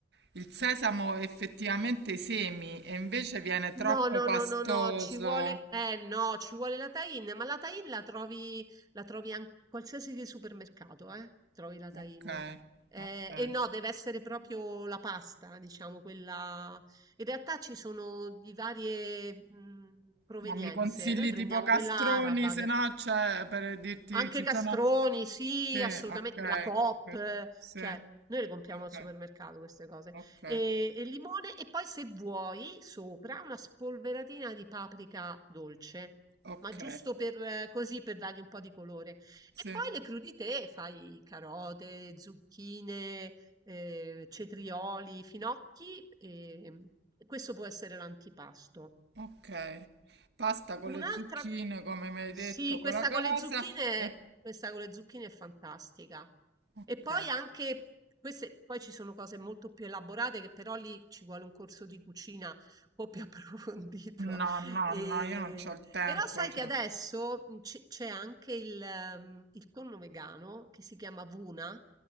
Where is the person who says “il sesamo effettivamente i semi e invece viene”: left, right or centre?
Right